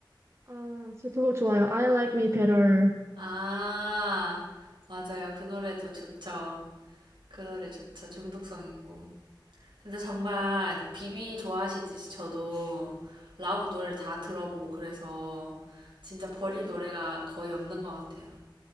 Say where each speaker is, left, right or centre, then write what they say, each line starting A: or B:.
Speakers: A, on the right (about 35°); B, on the right (about 75°).
A: 아, 저 그거 좋아요. I like me better.
B: 아, 맞아요. 그 노래도 좋죠. 그
A: 그쵸.
B: 노래 좋죠. 중독성 있고. 근데 정말
A: 그거
B: 비비 좋아하시듯이 저도 라우브 노래를 다 들어보고 그래서 진짜 버릴
A: 좋고.
B: 노래가 거의 없는 것 같아요.